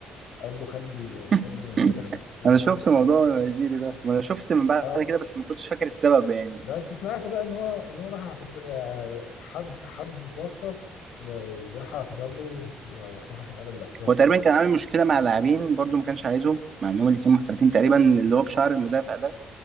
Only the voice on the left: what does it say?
قال له خلي
خلي نيجيريا تاخدك او
ح-
اه
بس سمعت بقى ان هو ان هو راح اعتذر آه، حد حد اتوسط و- وراح اعتذر له و- وحسام حسن قبل الاعتذار
تقريبا